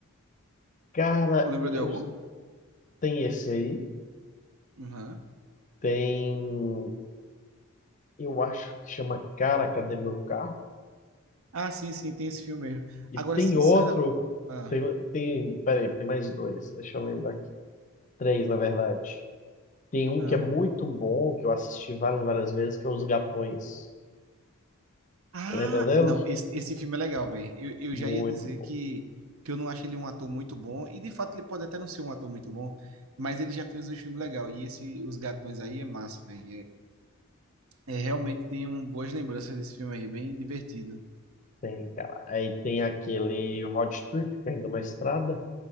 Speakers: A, on the left; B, on the right.
A: Cara,
B: Tu lembra
A: eu
B: de algum?
A: tem esse aí,
B: Uhum.
A: tem. Eu acho que chama Cara, Cadê Meu Carro?
B: Ah, sim, sim, tem esse filme mesmo.
A: E
B: Agora,
A: tem
B: sincera.
A: outro.
B: Ah,
A: Tem, tem, peraí, tem mais dois. Deixa eu lembrar aqui. Três, na verdade. Tem um
B: ah.
A: que é muito bom, que eu assisti várias, várias vezes, que é Os Gatões.
B: Ah,
A: Lembra dele?
B: não, esse, esse filme é legal, velho. Eu, eu
A: Muito
B: já ia dizer
A: bom.
B: que, que eu não acho ele um ator muito bom, e de fato ele pode até não ser um ator muito bom, mas ele já fez um filme legal. E esse Os Gatões aí é massa, velho. É, é, realmente tem um, boas lembranças desse filme aí, bem divertido.
A: Tem, cara. Aí tem aquele Road Trip, caindo ainda é uma estrada.